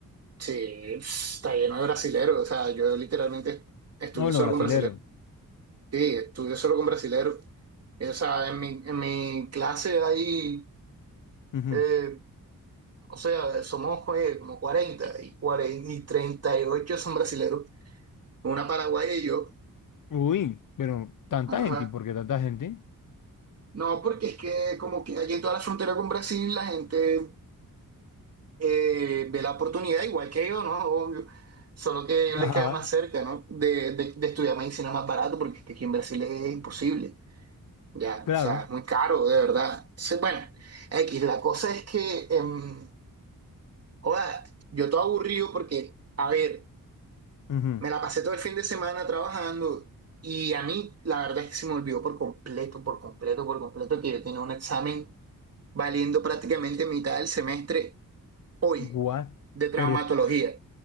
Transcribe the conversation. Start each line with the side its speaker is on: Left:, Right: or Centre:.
Right: Sí, está lleno de brasileros. O sea, yo literalmente estudio
Left: No, bueno,
Right: solo
Left: brasilero.
Right: con brasileros. Sí, estudio solo con brasileros. Eh, O sea, en mi, en mi clase hay,
Left: Ujú.
Right: eh, o sea, somos pues, como 40 y, 40 y 38 son brasileros. Una paraguaya y yo.
Left: Uy, pero tanta
Right: Ajá.
Left: gente, ¿y por qué tanta gente?
Right: No, porque es que como que allí en toda la frontera con Brasil la gente eh, ve la oportunidad igual que yo, ¿no? Obvio. Solo que
Left: Ajá.
Right: le queda más cerca, ¿no? De, de, de estudiar medicina más barato, porque es que aquí en Brasil es imposible. Ya,
Left: Claro.
Right: o sea, es muy caro, de verdad. Sí, bueno, X, la cosa es que, em, joda, yo todo aburrido porque, a ver,
Left: Ujú.
Right: me la pasé todo el fin de semana trabajando y a mí la verdad es que se me olvidó por completo, por completo, por completo que yo tenía un examen valiendo prácticamente mitad del semestre hoy
Left: What?
Right: de traumatología.
Left: Pero espérate.